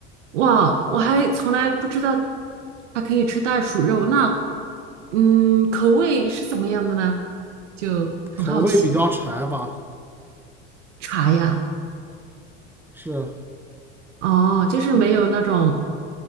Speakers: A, on the right; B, in the centre.
A: 哇，我还从来不知道它可以吃袋鼠肉，那嗯，口味是怎么样的呢？就很好奇。
B: 口味比较柴吧，
A: 茶呀，
B: 是
A: 哦，就是没有那种，